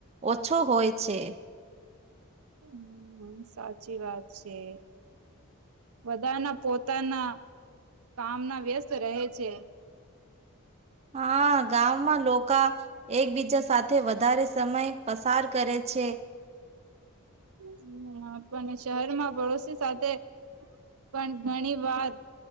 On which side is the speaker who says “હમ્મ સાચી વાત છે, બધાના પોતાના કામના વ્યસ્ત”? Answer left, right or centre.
Right